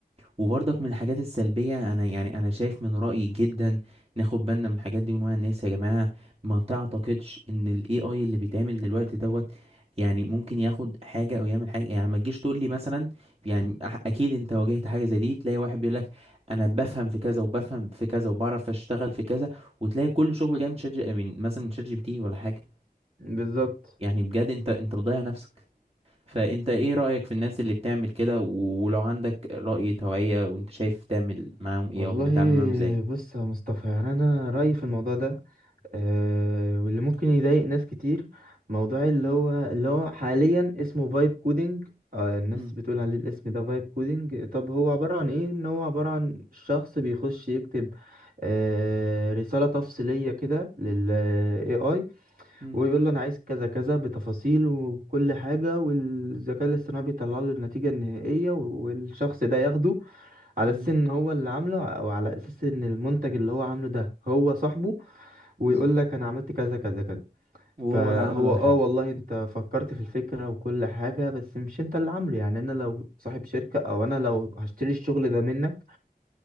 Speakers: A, on the right; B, on the right.
A: وبرضك من الحاجات السلبية أنا يعني أنا شايف من رأيي جدا ناخد بالنا من الحاجات دي ونوعي الناس يا جماعة ما تعتقدش إن ال AI اللي بيتعمل دلوقتي دوت يعني ممكن ياخد حاجة أو يعمل حاجة يعني ما تجيش تقول لي مثلا يعني أح- أكيد أنت واجهت حاجة زي دي تلاقي واحد بيقول لك أنا بفهم في كذا وبفهم في كذا وبعرف أشتغل في كذا وتلاقي كل شغل جاي من شات جي- من مثلا من شات جي بي تي ولا حاجة
B: بالظبط
A: يعني بجد أنت أنت بتضيع نفسك فانت ايه رأيك في الناس اللي بتعمل كده و- ولو عندك رأي توعية وانت شايف تعمل معاهم ايه
B: والله
A: او بنتعامل معاهم ازاي
B: بص يا مصطفى يعني أنا رأيي في الموضوع ده آه، واللي ممكن يضايق ناس كتير موضوع اللي هو اللي هو حاليا اسمه فايب كودينج آه الناس
A: مم،
B: بتقول عليه الاسم ده فايب كودينج طب هو عبارة عن ايه ان هو عبارة عن شخص بيخش يكتب آه، رسالة تفصيلية كده لل AI
A: مم،
B: ويقول له انا عايز كذا كذا بتفاصيل وكل حاجه والذكاء الاصطناعي بيطلع له النتيجه النهائيه والشخص ده ياخده على
A: مم،
B: اساس ان هو اللي عامله او على اساس ان المنتج اللي هو عامله ده هو صاحبه ويقول
A: بالظبط
B: لك انا عملت كذا كذا كذا
A: وهو
B: فهو
A: ولا عمل ولا
B: اه
A: حاجة
B: والله انت فكرت في الفكره وكل حاجه بس مش انت اللي عامله يعني انا لو صاحب شركه او انا لو هشتري الشغل ده منك